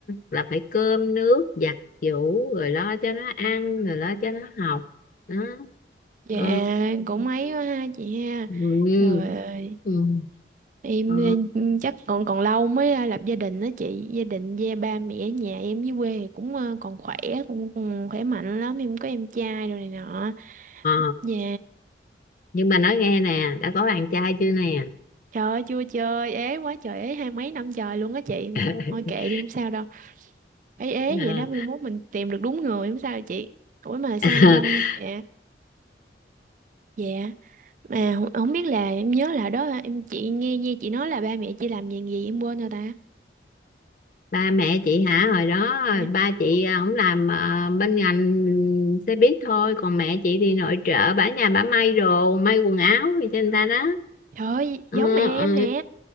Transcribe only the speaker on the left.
là phải cơm nước giặt giũ rồi lo cho nó ăn rồi lo cho nó học. Đó.
Ờ,
Ừ.
Ừ. Ừ.
Ờ.
Ờ.
nhưng mà nói nghe nè đã có bạn trai chưa nè
<laughs>
À,
<laughs>
ba mẹ chị hả hồi đó
ba chị à, ổng làm à, bên ngành xe buýt thôi còn mẹ chị thì nội trợ bả nhà bả may đồ may quần áo gì cho người ta đó
ờ,
ờ.